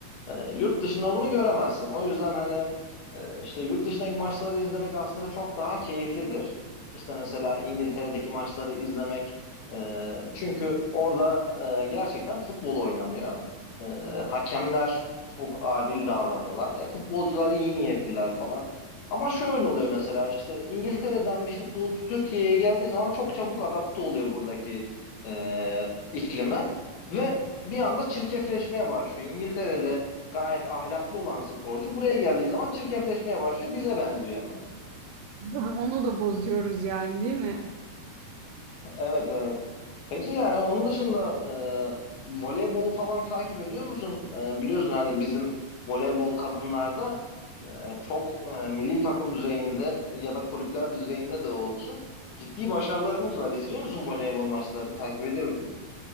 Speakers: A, on the left (about 65°); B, on the right (about 80°).
A: E, yurt dışında bunu göremezsin. O yüzden hani e, işte yurt dışındaki maçları izlemek aslında çok daha keyiflidir. İşte mesela İngiltere'deki maçları izlemek e, çünkü orada e, gerçekten futbol oynanıyor. E, hakemler çok adil davranıyorlar. E, futbolcular iyi niyetliler falan. Ama şöyle oluyor mesela işte İngiltere'den bir futbolcu Türkiye'ye geldiği zaman çok çabuk adapte oluyor buradaki e, iklime ve bir anda çirkefleşmeye başlıyor. İngiltere'de gayet ahlaklı olan sporcu buraya geldiği zaman çirkefleşmeye başlıyor. Bize benziyor hemen. <laughs>
B: <laughs> Onu da bozuyoruz yani, değil mi?
A: Evet evet. Peki yani onun dışında e, voleybolu falan takip ediyor musun? E, biliyorsun hani bizim voleybol kadınlarda e, çok e, milli takım düzeyinde ya da kulüpler düzeyinde de olsun ciddi başarılarımız var. İzliyor musun voleybol maçlarını? Takip ediyor musun?